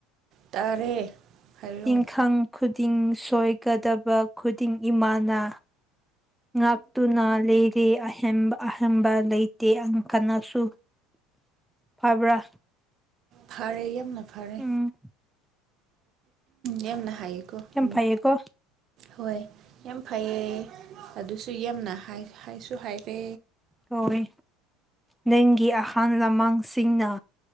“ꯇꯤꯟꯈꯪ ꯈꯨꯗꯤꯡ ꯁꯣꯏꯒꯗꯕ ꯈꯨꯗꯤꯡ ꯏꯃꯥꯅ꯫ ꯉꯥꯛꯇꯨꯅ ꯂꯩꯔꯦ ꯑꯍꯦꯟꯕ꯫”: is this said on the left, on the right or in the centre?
Centre